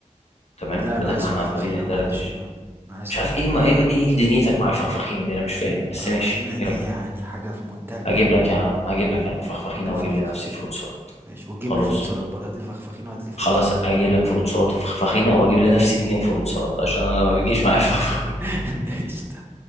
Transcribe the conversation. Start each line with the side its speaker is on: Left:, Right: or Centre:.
Left: تمام
Right: لا انا
Left: بدل
Right: عايز
Left: ما احنا
Right: فخفخينه
Left: عمالين ندردش
Right: معلش انا أنا عايز
Left: مش
Right: فخفخينه
Left: عارف ايه ما ايه ما ايه دنيتك مع الفخفخينه دي انا مش فاهم بس
Right: فخفخينه
Left: ماشي
Right: دي
Left: يلا
Right: يعني حاجه في منتهى الجمال
Left: هجيب لك يا عم هجيب لك يا عم فخفخينه
Right: جيب لي فخفخينه
Left: واجيب لنفسي فروت سلطه
Right: ماشي وتجيب
Left: خلاص
Right: لي فروت سلاد برضه هات لي فخفخينه وهات لي فروت
Left: خلاص
Right: سلاد
Left: اجيب لك فروت سلطه وفخفخينه واجيب لنفسي اتنين فروت سلطه عشان انا ما بيجيش معايا الفخفخينه
Right: <laughs> قشطة